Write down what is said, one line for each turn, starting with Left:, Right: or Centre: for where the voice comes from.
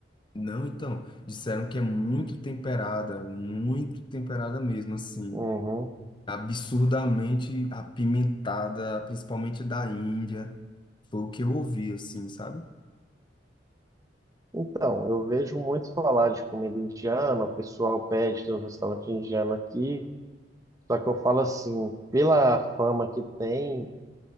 Left: Não, então, disseram que é muito temperada, muito temperada mesmo, assim,
Right: Uhum.
Left: absurdamente apimentada, principalmente da Índia. Foi o que eu ouvi, assim, sabe?
Right: Então, eu vejo muito falar de comida indiana, o pessoal pede, tem um restaurante indiano aqui. Só que eu falo assim, pela fama que tem